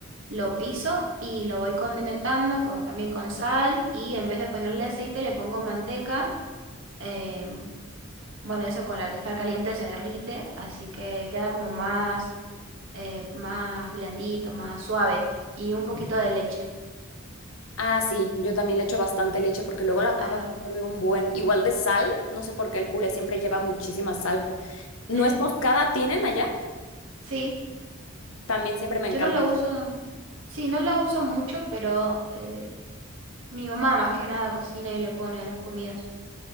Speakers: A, on the right (about 65°); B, on the left (about 85°).
A: lo piso y lo voy condimentando con, también con sal y en vez de ponerle aceite le pongo manteca. eh, bueno, eso con al estar caliente se derrite, así que queda como más, eh, más blandito, más suave y un poquito de leche.
B: ah, sí, yo también le echo bastante leche porque luego la
A: Ajá.
B: papa absorbe un buen. Igual de sal, no sé por qué el puré siempre lleva muchísima sal. ¿Nuez
A: <laughs>
B: moscada tienen allá?
A: Sí.
B: También siempre me encanta.
A: Yo no lo uso, sí, no lo uso mucho, pero eh, mi mamá más que nada cocina y le pone a las comidas.